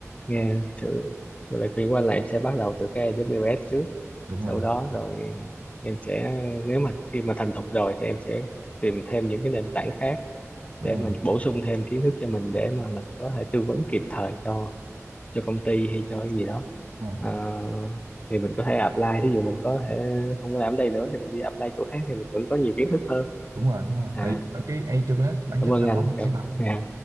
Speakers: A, on the left; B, on the right.
A: nghe sự lời khuyên của anh là em sẽ bắt đầu từ cái AWS trước
B: đúng
A: sau
B: rồi
A: đó rồi ờ, em sẽ nếu mà khi mà thành thục rồi thì em sẽ tìm thêm những cái nền tảng khác
B: đúng
A: để mình
B: rồi
A: bổ sung thêm kiến thức cho mình để mà mình có thể tư vấn kịp thời cho cho công ty hay cho cái gì đó
B: đúng rồi
A: Ờ, thì mình có thể apply thí dụ mình có thể không có làm ở đây nữa thì mình đi apply chỗ khác thì mình vẫn có nhiều kiến thức hơn
B: đúng rồi đúng rồi
A: à
B: tại vì ở cái AWS bản
A: cảm
B: chất
A: ơn
B: là
A: anh
B: nó một cái bằng
A: Dạ.